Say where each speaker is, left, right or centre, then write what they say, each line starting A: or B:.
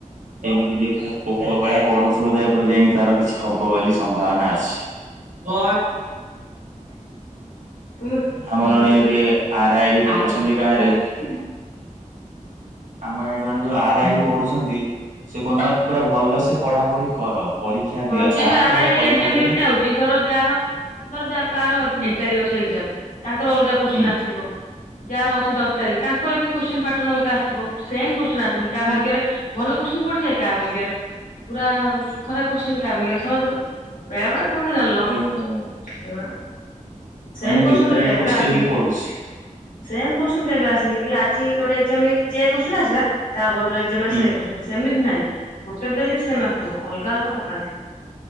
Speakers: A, on the right; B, on the left.
A: ଏମିତି ଯ ପ ପୋକ ଭଳିଆ ପଡୁନ। ଜା ଉପ ପରେ ଯାଇକି ତାର କିଛିବ ବୋଲି। ସମ୍ଭାବନା ଅଛି ତ।
B: ହୁଁ।
A: ଆମର ଜଣେ ଏଠି ଆର ଆଇ ବି ପଢୁଛନ୍ତି। ତାରିକ୍। ଆମର ଏଇଠି ଜଣେ ଯୋଉ ଆର ଆଇ ପଢୁଛନ୍ତି ସେ କୁହଛନ୍ତି ପୁରା ଭଲ ସେ ପଢା ପଢି କର। ପରୀକ୍ଷା ଦିଅ
B: ହଁ ଯଏ
A: ତାପରେ
B: ବି ଆର ଆଇ
A: ପଇସା
B: ଏକ୍ସଜାମ୍
A: ଦେଲେ
B: ଦେଇକି ଆଉଛି ଧର ଯାର ଧର ଯା କାର
A: ହୁଁ
B: ଏକ ତାରିଖ ଅଛି। ଏ ତାଙ୍କର ଅଲଗା କୋଶ୍ଚନ
A: ହୁଁ
B: ଆସିଥିବ। ଯାହାର ଅଛି ଦଶ। ତାରଖ ତାଙ୍କର ବି କୋଶ୍ଚିନ୍ ପାଟନ ଅଲଗା। ଥିବ ସେମ୍। କୋଶନ ଆସନି କାହା
A: ହୁଁ।
B: ଭାଗ୍ୟରେ ଭଲ କୋଶ୍ଚନ ପଡିଯାଏ କାହା ଭାଗ୍ୟରେ। ପୁରା ଖରାପ। କୋଷଚେନ୍ କାହା ଭାଗ୍ୟରେ ସହଜ ବେଳେ। କୁହନ୍ତି ଲକ୍
A: ଓହୋ
B: ସେଭଳିଆ ସେମେ
A: ମାନେ
B: କୋଶ୍ଚିନ୍
A: ଡିଫରେଣ୍ଟ
B: ତ କେବେ
A: କୋଶ୍ଚିନ୍
B: ଆସେନି
A: ବି ପଡୁଛି।
B: ସେମେ କୋସ। ମୁଁ କେବେ ଆସନି। ଆଜି ଗୋଟେ ଯେମିତି ଯେ କୁ। <unintelligible> ଆସିଲା ତାପ। ଯୌଡା ଏକ୍ସଜାମ ରେ
A: ହୁଁ।
B: ସେ କୋଶ୍ଚିନ୍ ସେମତି ନାଇଁ ଗୋଟେ ଦିଟା ଯଦି ସେମେ ଆସଥିବ ଅଲଗା ଅଲଗ ପକ୍। କାନ୍ତି